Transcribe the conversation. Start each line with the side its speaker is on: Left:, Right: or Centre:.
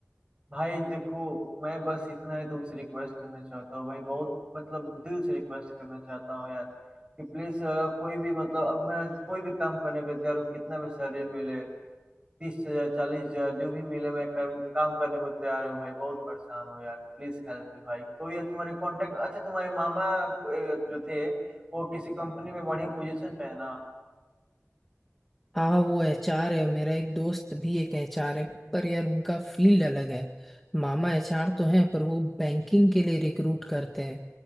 Right: भाई देखो मैं बस इतना ही तुमसे रिक्वेस्ट करना चाहता हूँ भाई बहुत मतलब दिल से रिक्वेस्ट करना चाहता हूँ यार कि प्लीज कोई भी मतलब अब मैं कोई भी काम करने को तैयार हूँ कितना भी सैलरी मिले तीस हजार चालीस हजार जो भी मिले मैं कर, काम करने को तैयार हूँ भाई बहुत परेशान हूँ यार प्लीज हेल्प मी भाई कोई है तुम्हारे कांटेक्ट अच्छा तुम्हारे मामा अ, जो थे वो किसी कंपनी में बढ़िया पोजीशन पे है ना
Centre: हाँ वो एचआर है मेरा एक दोस्त भी एक एचआर है पर यार उनका फील्ड अलग है मामा एचआर तो हैं पर वो बैंकिंग के लिए रिक्रूट करते हैं